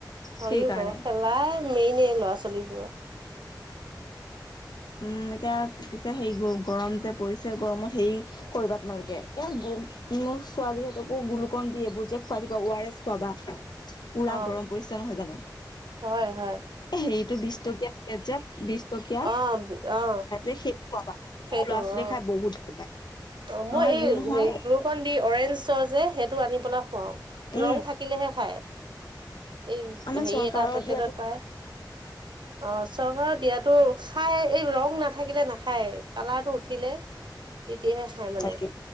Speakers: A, on the right; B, on the left.
A: হয়ো
B: সেইকাৰণে
A: বাৰু খেলাই মেইনে ল'ৰা-ছোৱালীবোৰৰ।
B: উম, এতিয়া পিছে সেই গৰম যে পৰিছে গৰমত হেৰি কৰিবা তোমালোকে এ মোৰ ছোৱালীহতঁকো গ্লুকন ডি এইবোৰ যে খুৱাই দিবা ও আৰ এছ খুৱাবা। পুৰা
A: অ
B: গৰম পৰিছে নহয় জানো।
A: হয়, হয়।
B: এ হেৰিটো বিশ টকীয়া পেকেত যে বিশ টকীয়া।
A: অ অ
B: এ সেইটো খুৱাবা
A: সেইটো
B: ল'ৰা-ছোৱালীয়ে
A: অ
B: খাই বহুত ভাল পায়।
A: অ', মই
B: আমাৰ
A: এই
B: ইও নহয়
A: হে গ্লুকন ডি অৰেঞ্জ চ যে সেইটো আনি পেলাই খুৱাওঁ।
B: উম
A: ৰং থাকিলেহে খায়। এই
B: আমাৰ
A: হেৰি
B: চৰকাৰৰ
A: এটা পেকেটত
B: দিয়াতো
A: পায়। অ' চৰকাৰ দিয়াতো খাই। এই ৰং নাথাকিলে নাখায় কালাৰটো উঠিলে তেতিয়াহে খায় মানে।
B: তাকে